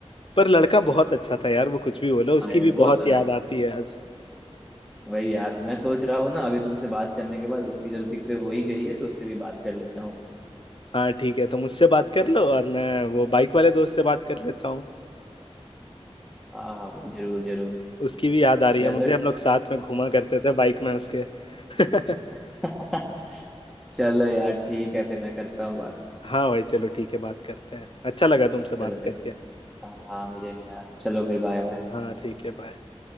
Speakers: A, on the left; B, in the centre.
A: पर लड़का बहुत अच्छा था यार वो कुछ भी बोलो उसकी
B: हाँ यार
A: भी
B: वो
A: बहुत
B: तो
A: याद
B: है
A: आती है आज
B: वही यार मैं सोच रहा हूँ ना अभी तुमसे बात करने के बाद उसकी जब जिक्र हो ही गई है तो उससे भी बात कर लेता हूँ
A: हाँ ठीक है तुम उससे बात कर लो और मैं वो बाइक वाले दोस्त से बात कर लेता हूँ
B: हाँ हाँ भाई जरूर जरूर
A: उसकी भी याद आ
B: चलो
A: रही है मुझे हम लोग साथ में घूमा करते थे बाइक में उसके <laughs>
B: <laughs> चलो यार ठीक है फिर मैं करता हूँ बात
A: हाँ भाई चलो ठीक है बात करते हैं अच्छा लगा तुमसे बात
B: चलो फिर
A: करके
B: हाँ मुझे भी यार चलो फिर बाय बाय
A: हाँ ठीक है बाय